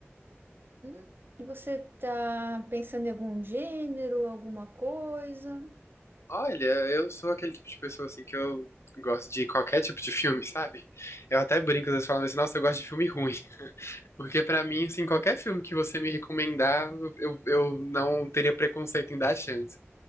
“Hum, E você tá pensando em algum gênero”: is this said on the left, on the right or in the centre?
Right